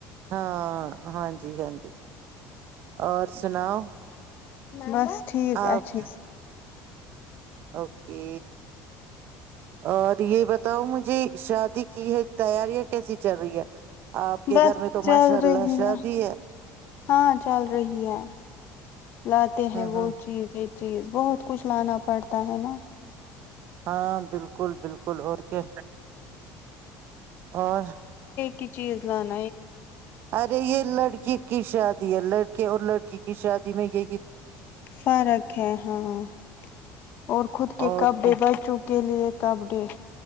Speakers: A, on the right (about 45°); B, on the left (about 45°).
A: ہاں ہاں ج جی ہاں جی اور سناؤ
B: بس ٹھیک
A: آپ
B: اچھا
A: اوکے اور یہ بتاؤ مجھے شادی کی ہے تیاریاں کیسی چل رہی ہے آپ کے
B: بس
A: گھر میں تو ماشاء
B: چل
A: اللہ
B: رہی
A: شادی
B: ہے ہاں چل رہی ہے لاتے ہیں
A: ہوں ہوں
B: وہ چیزیں چیز بہت کچھ لانا پڑتا ہے نا
A: ہاں بالکل بالکل ل اور کے اور
B: کی چیز لان
A: ارے یہ لڑکی کی شادی ہے لڑکے اور لڑکی کیس شادی میں یہ
B: فرق ہے ہاںاں اور خود کے
A: اور
B: کپ بے
A: کیا۔
B: بر چوپ کے لیے کپڈی